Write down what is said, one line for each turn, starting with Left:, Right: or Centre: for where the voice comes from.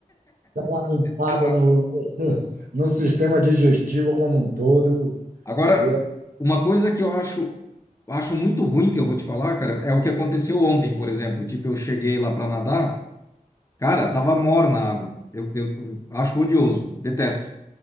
Right: dá uma limpada
Left: Exato.
Right: no, <laughs> no sistema digestivo como um todo.
Left: Agora,
Right: É,
Left: uma coisa que eu acho, acho muito ruim que eu vou te falar, cara, é o que aconteceu ontem, por exemplo. Tipo, eu cheguei lá pra nadar, cara, tava morna a água. Eu, eu, eu acho odioso, detesto.